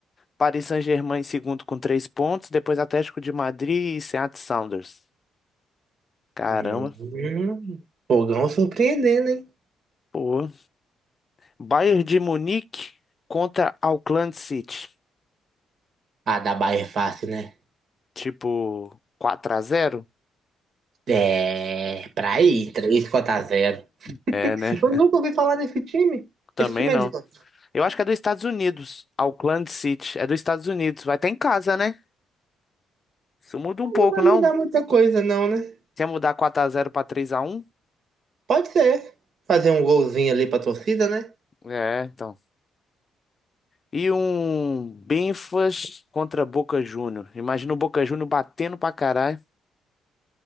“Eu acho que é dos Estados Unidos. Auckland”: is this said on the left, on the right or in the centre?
Left